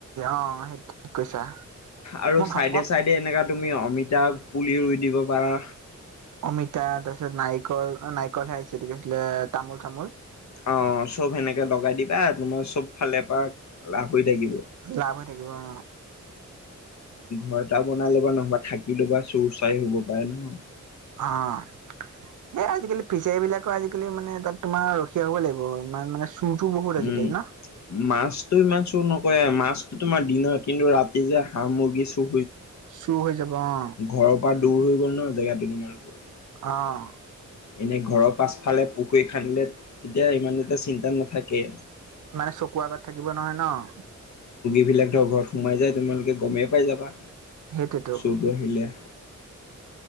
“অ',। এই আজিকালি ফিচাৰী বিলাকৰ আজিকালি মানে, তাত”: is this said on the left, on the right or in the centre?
Right